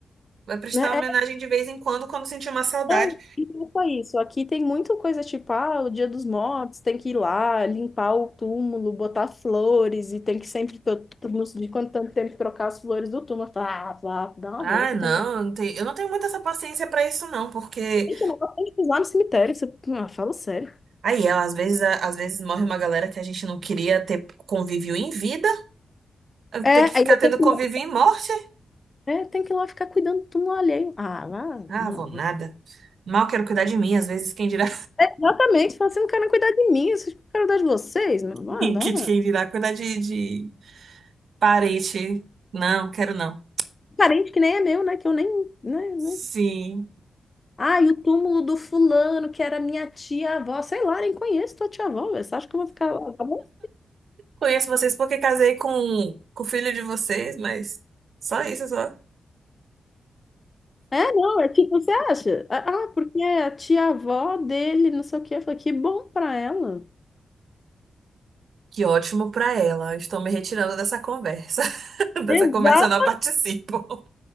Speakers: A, on the right; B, on the left.
A: Vai prestar
B: Né?
A: homenagem de vez em quando, quando sentir uma saudade.
B: Não, e não foi isso. Aqui tem muita coisa tipo, ah, o Dia dos Mortos, tem que ir lá, limpar o túmulo, botar flores, e tem que sempre, to- to- não sei de quanto tanto tempo, trocar as flores do túmulo. Eu falo, Ah, vá, dá uma
A: Ah,
B: volta.
A: não,
B: Tem...
A: eu não tenho, eu não tenho muita essa paciência pra isso, não, porque
B: Gente, eu não gosto nem de pisar no cemitério. Isso... Ah, fala sério.
A: aí, ela, às vezes, a- às vezes morre uma galera que a gente não queria ter convívio em vida,
B: É,
A: ter que ficar
B: aí eu
A: tendo
B: tenho que
A: convívio
B: ir lá,
A: em morte.
B: é, tem que ir lá ficar cuidando do túmulo alheio. Ah, lá,
A: Ah,
B: não.
A: vou
B: vou-
A: nada. Mal quero cuidar de mim, às vezes quem dirá,
B: Exatamente, fala assim, não quero nem cuidar de mim, vocês não quero cuidar de vocês. Não, não,
A: <laughs>
B: não.
A: quem dirá cuidar de, de parente. Não, quero não.
B: Parente que nem é meu, né? Que eu nem, né? né.
A: Sim.
B: Ah, e o túmulo do fulano, que era minha tia-avó. Sei lá, nem conheço tua tia-avó. velho. Você acha que eu vou ficar lá? Tá bom?
A: Conheço vocês porque casei com, com o filho de vocês, mas só isso, só.
B: É, não, é tipo, você acha? Ah, ah, porque é a tia-avó dele, não sei o quê. Eu falei, que bom pra ela.
A: Que ótimo pra ela. Estou me retirando dessa conversa. <laughs> Dessa
B: Exato,
A: conversa eu não participo.